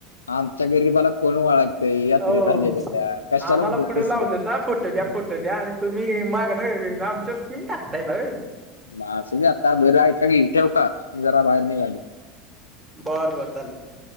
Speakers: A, on the left; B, on the right.
A: आमच्या गरीबाला कोण ओळखतय ते यात्रेत
B: हो
A: आलेले त्या कशाला
B: आम्हाला
A: उगाचच
B: पुढे लावलं फोटो द्या फोटो द्या आणि तुम्ही मागण आमच्याव स्कीम टाकतायसा होय.
A: असू द्या आता बरं ऐका की ठेवू का जरा बाहेर निघालय.
B: बर बरं चालते.